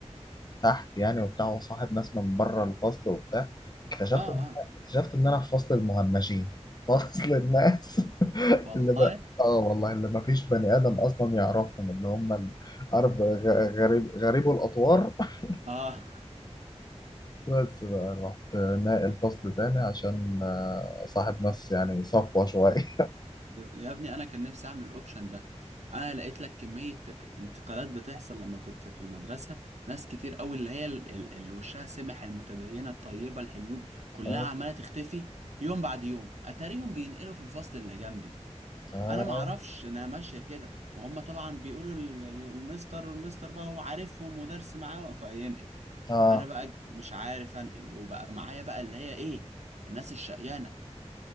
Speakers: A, on the left; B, on the right.
A: تحت يعني وبتاع وصاحب ناس من بره الفصل وبتاع اكتشفت
B: اه
A: ان
B: اه
A: اكتشفت ان انا في فصل المهمشين فصل الناس <laughs>
B: والله
A: اللي بقى اه والله اللي ما فيش بني ادم اصلا يعرفهم اللي هم ال- عارف غ- غريب غريبو الاطوار <laughs>
B: اه
A: بس بقى رحت ناقل فصل تاني عشان آه، صاحب ناس يعني صفوة شوية <laughs>
B: يا ابني انا كان نفسي اعمل الاوبشن ده انا لقيت لك كمية انتقالات بتحصل لما كنت في المدرسة ناس كتير قوي اللي هي ال- ال- اللي وشها سمح المتدينة الطيبة الحلوين كلها
A: اه
B: عمالة تختفي يوم بعد يوم اتاريهم بينقلوا في الفصل اللي جنبي
A: اه
B: انا ما اعرفش انها ماشية كده وهم طبعا بيقولوا ال- ال- المستر والمستر بقى هو عارفهم ودرس معاه فينقل
A: اه
B: انا بقى ج- مش عارف انقل وبقى معايا بقى اللي هي ايه الناس الشقيانة